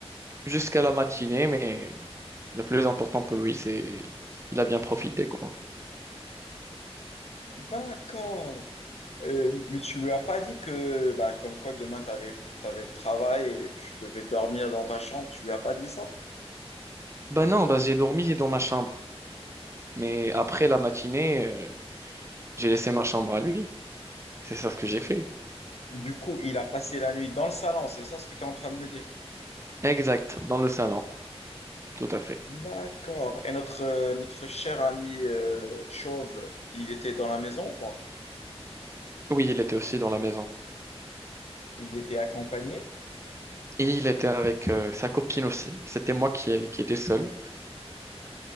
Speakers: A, on the right (about 25°); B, on the left (about 75°).
A: jusqu'à la matinée, mais le plus important pour lui, c'est il a bien profité, quoi.
B: d'accord. Euh, mais tu lui as pas dit que, bah, comme quoi demain, tu avais, le t'avais le travail et que tu devais dormir dans ta chambre. Tu lui as pas dit ça?
A: Bah non, bah j'ai dormi dans ma chambre, mais après la matinée, euh, j'ai laissé ma chambre à lui. C'est ça ce que j'ai fait.
B: Du coup, il a passé la nuit dans le salon, c'est ça ce que tu es en train de me dire?
A: Exact, dans le salon, tout à fait.
B: D'accord. Et notre, euh, notre cher ami euh, Chauve, il était dans la maison ou pas?
A: Oui, il était aussi dans la maison.
B: Il était accompagné.
A: Et il était avec euh, sa copine aussi. C'était moi qui, qui étais seul.